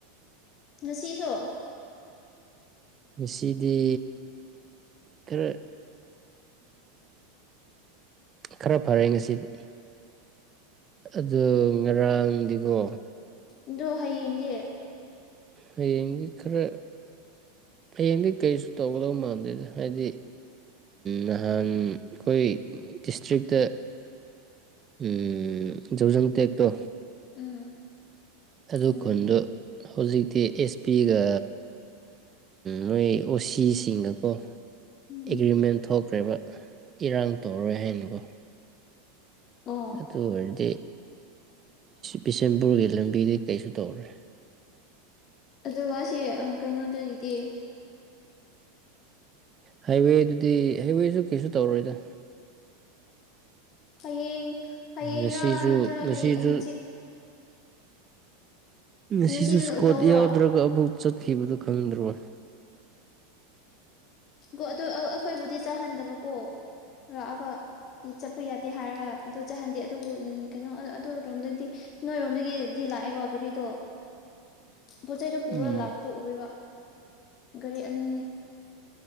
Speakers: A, on the left (about 40°); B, on the right (about 30°).
A: ꯉꯁꯤꯁꯨ
B: ꯉꯁꯤꯗꯤ ꯈꯔ ꯈꯔ ꯐꯔꯦ ꯉꯁꯤꯗꯤ ꯑꯗꯨ ꯉꯔꯥꯡꯗꯤꯀꯣ
A: ꯑꯗꯣ ꯍꯌꯦꯡꯒꯤ
B: ꯍꯌꯦꯡꯗꯤ ꯈꯔ ꯍꯌꯦꯡꯗꯤ ꯀꯔꯤꯁꯨ ꯇꯧꯒꯗꯧ ꯃꯥꯟꯗꯦ ꯍꯥꯏꯗꯤ ꯅꯍꯥꯟ ꯑꯩꯈꯣꯏ ꯗꯤꯁꯇ꯭ꯔꯤꯛꯇ ꯌꯖꯖꯝ ꯇꯦꯛꯇꯣ
A: ꯎꯝ
B: ꯑꯗꯨꯗꯨ
A: ꯎꯝ
B: ꯀꯅ ꯍꯧꯖꯤꯛꯇꯤ ꯑꯦꯁ ꯄꯤꯒ ꯅꯣꯏ ꯑꯣ ꯁꯤꯁꯤꯡꯒꯀꯣ
A: ꯎꯝ
B: ꯑꯦꯒ꯭ꯔꯤꯃꯦꯟ ꯍ ꯊꯣꯛꯈ꯭ꯔꯦꯕ ꯏꯔꯥꯡ ꯇꯧꯔꯣꯏ ꯍꯥꯏꯅꯀꯣ
A: ꯑꯣ
B: ꯑꯗꯨ ꯑꯗꯨ ꯋꯥꯗꯤ ꯕꯤꯁꯦꯝꯄꯨꯔꯒꯤ ꯂꯝꯕꯤꯗ ꯀꯔꯤꯁꯨ ꯇꯧꯔꯦ
A: ꯑꯗꯨ ꯃꯥꯁꯦ ꯀꯩꯅꯣꯗꯨꯒꯤꯗꯤ
B: ꯍꯥꯏꯋꯦꯗꯨꯗꯤ ꯍꯥꯏꯋꯦꯁꯨ ꯀꯩꯁꯨ ꯇꯧꯔꯣꯏꯗ
A: ꯍꯌꯦꯡ ꯍꯌꯦꯡꯔꯥ
B: ꯉꯁꯤꯁꯨ
A: ꯅꯠꯇ꯭ꯔꯒ
B: ꯉꯁꯤꯁꯨ
A: ꯍ ꯍꯪꯆꯤꯠ
B: ꯉꯁꯨ
A: ꯉꯁꯤꯁꯨ
B: ꯁ꯭ꯀꯣꯠ
A: ꯇꯧꯔꯣ
B: ꯌꯥꯎꯗ꯭ꯔꯒ ꯑꯃꯨꯛ ꯆꯠꯈꯤꯕꯗꯨ ꯈꯪꯗ꯭ꯔꯣ
A: ꯣ ꯑꯗꯨ ꯑꯩꯈꯣꯏꯕꯨꯗꯤ ꯆꯥꯍꯟꯗꯕꯀꯣ ꯂꯥꯛꯑꯒ ꯆꯠꯄ ꯌꯥꯗꯦ ꯍꯥꯏꯔꯒ ꯑꯗꯨ ꯆꯥꯍꯟꯗꯦ ꯑꯗꯨꯕꯨ ꯀꯩꯅꯣ ꯑꯗꯨꯔꯣꯝꯗꯒꯤꯗꯤ ꯅꯣꯏꯔꯣꯝꯗꯒꯤꯗꯤ ꯂꯥꯛꯑꯦꯕ ꯒꯥꯔꯤꯗꯣ ꯄꯣꯠ ꯆꯩꯩꯗꯨꯣ ꯄꯨꯔ
B: ꯎꯝ
A: ꯂꯥꯛꯄꯗꯣ ꯑꯣꯏꯕ ꯒꯥꯔꯤ ꯑꯅꯤꯅꯦ